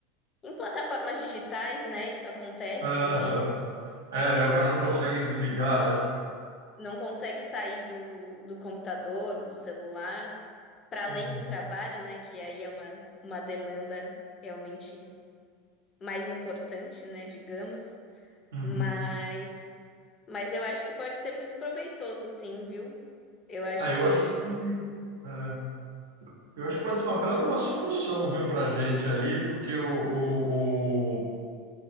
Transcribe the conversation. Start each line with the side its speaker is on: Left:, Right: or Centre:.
Left: em plataformas digitais, né? Isso acontece
Right: Aham.
Left: também.
Right: É, né? O cara não consegue desligar, né?
Left: Não consegue sair do, do computador, do celular, para além
Right: Uhum.
Left: do trabalho, né? Que aí é uma, uma demanda realmente mais importante, né? Digamos.
Right: Uhum.
Left: Mas, mas eu acho que pode ser muito proveitoso, sim, viu? Eu acho
Right: Ah, eu
Left: que,
Right: acho que. é, eu acho que pode ser uma bela de uma solução, viu, pra gente ali, porque o, o,